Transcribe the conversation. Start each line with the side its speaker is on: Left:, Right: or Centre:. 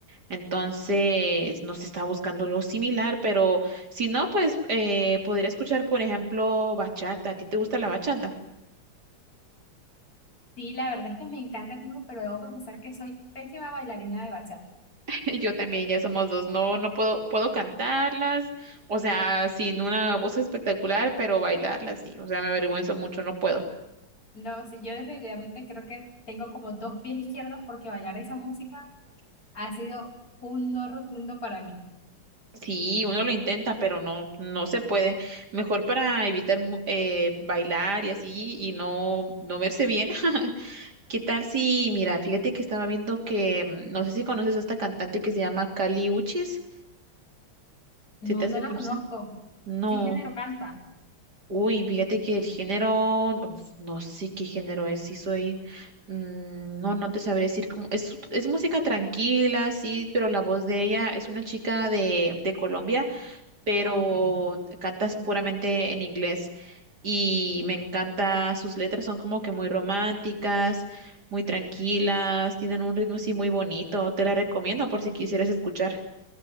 Right: Entonces nos estaba buscando algo similar, pero si no, pues eh, podría escuchar, por ejemplo, bachata. ¿A ti te gusta la bachata?
Left: Sí, la verdad es que me encanta el ritmo, pero debo confesar que soy pésima bailarina de bachata.
Right: <laughs> Y Yo también, ya somos dos. No, no puedo, puedo cantarlas, o sea, sin una voz espectacular, pero bailarlas sí. O sea, me avergüenzo mucho, no puedo.
Left: No, sí, yo definitivamente creo que tengo como dos pies izquierdos porque bailar esa música ha sido un no rotundo para mí.
Right: Sí, uno lo intenta, pero no, no se puede. Mejor para evitar mu- eh, bailar y así y no, no verse bien. <laughs> ¿Qué tal si, mira, fíjate que estaba viendo que, mm, no sé si conoces a esta cantante que se llama Kali Uchis,
Left: No,
Right: si te hace
Left: no la
Right: conocer?
Left: conozco.
Right: No.
Left: ¿Qué género canta?
Right: Uy, fíjate que el género, uf, no sé qué género es, si soy, mm, no, no te sabré decir cómo, es, es música tranquila, sí, pero la voz de ella es una chica de, de Colombia, pero
Left: Ah, ok.
Right: canta puramente en inglés y me encanta, sus letras son como que muy románticas, muy tranquilas, tienen un ritmo así muy bonito, te la recomiendo por si quisieras escuchar.